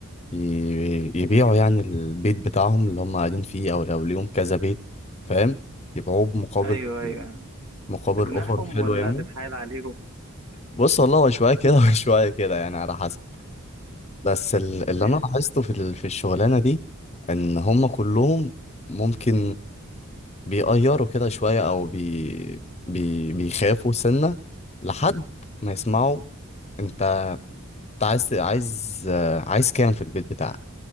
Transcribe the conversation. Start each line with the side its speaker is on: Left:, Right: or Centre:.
Left: ي... يبيعوا يعني البيت بتاعهم اللي هم قاعدين فيه أو لو ليهم كذا بيت فاهم يبيعوه بمقابل
Right: ايوه ايوه
Left: مقابل
Right: تقنعهم
Left: أوفر حلو
Right: ولا
Left: يعني
Right: تتحايل عليهم
Left: بص والله هو شوية كده <laughs> وشوية كده يعني على حسب بس ال- اللي
Right: <laughs>
Left: انا لاحظته في ال- في الشغلانه دي ان هم كلهم ممكن بيقيروا كده شويه او بي بي بيخافوا سنه لحد ما يسمعوا انت انت عايز عايز آه، عايز كام في البيت بتاعك